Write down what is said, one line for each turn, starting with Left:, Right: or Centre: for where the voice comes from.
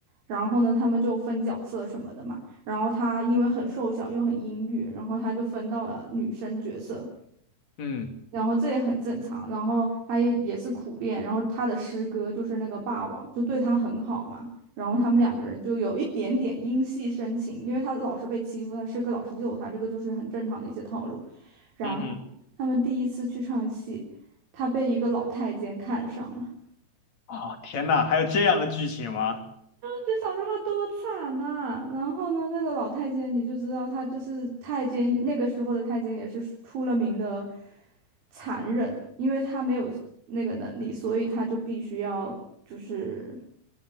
Right: 然后呢，他们就分角色什么的嘛。然后他因为很瘦小又很阴郁，然后他就分到了女生角色。
Left: 嗯
Right: 然后这也很正常。然后他也也是苦练，然后他的师哥就是那个霸王，就对他很好嘛。然后他们两个人就有一点点因戏生情，因为他老是被欺负，他师哥老是救他，这个就是很正常的一些套路。然后他们第一次去唱戏，
Left: 嗯哼，
Right: 他被一个老太监看上了。
Left: 哦天呐，还有这样的剧情吗？
Right: 就想说他多惨呐、然后呢，那个老太监你就知道他就是太监，那个时候的太监也是出了名的残忍，因为他没有那个能力，所以他就必须要就是